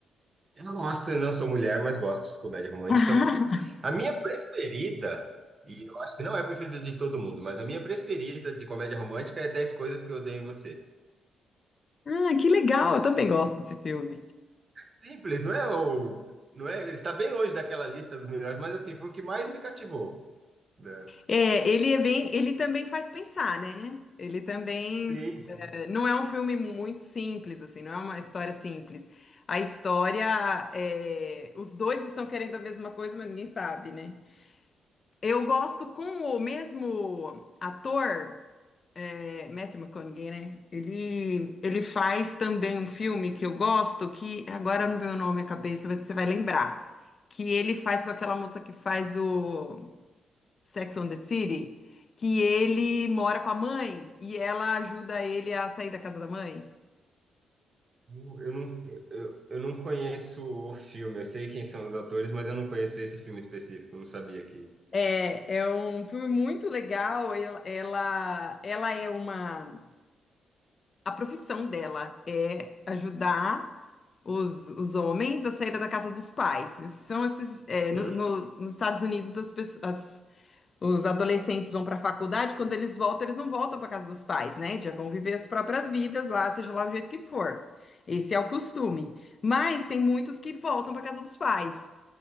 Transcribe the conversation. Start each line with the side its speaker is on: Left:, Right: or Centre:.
Right: Eu gosto, eu não sou mulher, mas gosto de comédia romântica.
Left: <laughs>
Right: A minha preferida, e eu acho que não é a preferida de todo mundo, mas a minha preferida de comédia romântica é 10 Coisas que Eu Odeio em Você. É
Left: Ah, que legal, eu também gosto desse filme.
Right: simples, não é o, não é, está bem longe daquela lista dos melhores, mas assim, foi o que mais me cativou. né?
Left: É, ele é bem, ele também faz pensar, né? Ele também
Right: Sim, sim.
Left: eh, não é um filme muito simples, assim, não é uma história simples. A história, eh, os dois estão querendo a mesma coisa, mas ninguém sabe, né? Eu gosto com o mesmo ator, é, Matthew McConaughey, né? Ele, ele faz também um filme que eu gosto, que agora não vem o nome à cabeça, mas você vai lembrar. Que ele faz com aquela moça que faz o Sex and the City, que ele mora com a mãe e ela ajuda ele a sair da casa da mãe.
Right: Eu não, eu, eu não conheço o filme, eu sei quem são os atores, mas eu não conheço esse filme específico, não sabia que.
Left: É, é um filme muito legal. Ela, ela, ela é uma. A profissão dela é ajudar os, os homens a sair da casa dos pais. Isso São esses, é, no-
Right: Hum,
Left: no- nos Estados Unidos, as pessoas, Os adolescentes vão para a faculdade, quando eles voltam, eles não voltam para casa dos pais, né? Já vão viver as próprias vidas lá, seja lá o jeito que for. Esse é o costume. Mas tem muitos que voltam para casa dos pais.